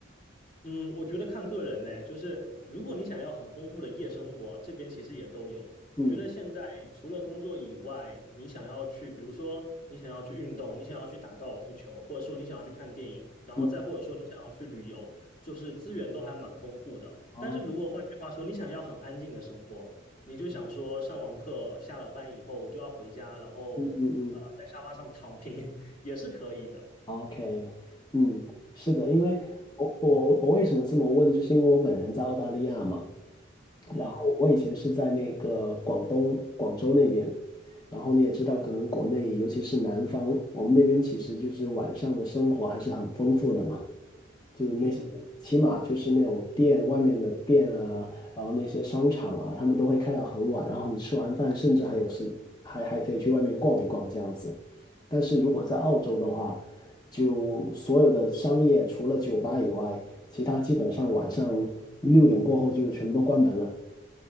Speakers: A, on the left; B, on the left.
A: 嗯，我觉得看个人呢，就是如果你想要很丰富的夜生活，这边其实也都有。我觉得现在除了工作以外，
B: 嗯
A: 你想要去，比如说你想要去运动，你想要去打高尔夫球，或者说你想要去看电影，然后再或者说你想要去旅游，
B: 嗯，
A: 就是资源都还蛮丰富的。
B: 哦，
A: 但是如果换句话说，你想要很安静的生活，你就想说上完课下了班以后我就要回家，然后呃在沙发上躺平
B: 嗯嗯嗯
A: <laughs> 也是可以的。
B: ，OK，嗯，是的，因为我我我为什么这么问，
A: 嗯
B: 就是因为我本人在澳大利亚嘛，
A: 嗯
B: 然后我以前是在那个广东广州那边，然后你也知道，可能国内尤其是南方，我们那边其实就是晚上的生活还是很丰富的嘛。就那些，
A: 嗯。
B: 起码就是那种店外面的店啊，然后那些商场啊，他们都会开到很晚，然后你吃完饭，甚至还有时还还可以去外面逛一逛这样子。但是如果在澳洲的话，就所有的商业除了酒吧以外，其他基本上晚上六点过后就全部都关门了，